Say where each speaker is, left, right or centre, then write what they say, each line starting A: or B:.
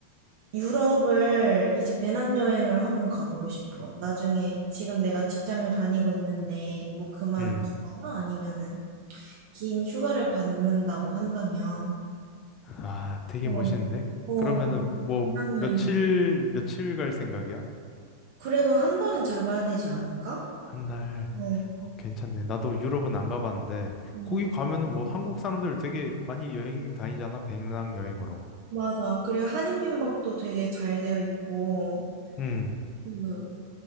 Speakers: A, on the right; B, on the left.
A: 유럽을 이제 배낭여행을 한번 가보고 싶어. 나중에 지금 내가 직장을 다니고 있는데 뭐 그만두거나
B: 음.
A: 아니면은 긴 휴가를 받는다고 한다면
B: 아, 되게
A: 어,
B: 멋있는데?
A: 어,
B: 그러면은 뭐
A: 배낭여행.
B: 며칠 며칠 갈 생각이야?
A: 그래도 한 달은 잡아야 되지 않을까?
B: 한 달.
A: 어,
B: 어, 괜찮네. 나도 유럽은 안 가봤는데
A: 음.
B: 거기 가면은 뭐 한국 사람들 되게 많이 여행 다니잖아. 배낭여행으로.
A: 맞아. 그리고 한인민박도 되게 잘 되어 있고
B: 음.
A: 그